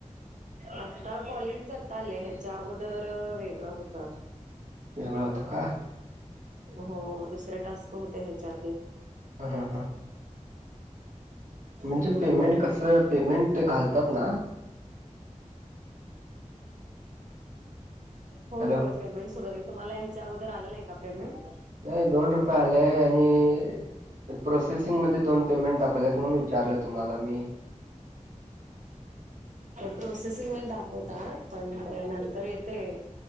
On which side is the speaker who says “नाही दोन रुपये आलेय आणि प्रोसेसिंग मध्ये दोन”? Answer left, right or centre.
Right